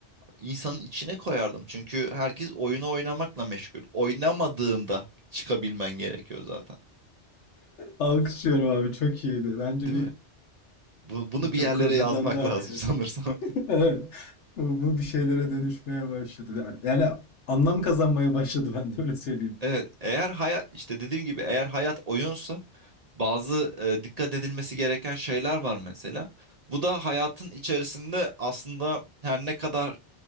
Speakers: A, on the right (about 45°); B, on the left (about 75°).
A: İnsanın içine koyardım çünkü herkes oyunu oynamakla meşgul. Oynamadığında çıkabilmen gerekiyor zaten.
B: Alkışlıyorum abi çok iyiydi. Bence
A: Değil
B: bir
A: mi? Bu- bunu
B: birçok
A: bir yerlere
B: coder'dan
A: yazmak
B: daha
A: <laughs> lazım
B: iyi.
A: sanırsam.
B: <laughs> Evet. Bu, bu bir şeylere dönüşmeye başladı. Yani yani anlam kazanmaya başladı ben de öyle söyleyeyim.
A: Evet, eğer hayat işte dediğim gibi eğer hayat oyunsa bazı e, dikkat edilmesi gereken şeyler var mesela. Bu da hayatın içerisinde aslında her ne kadar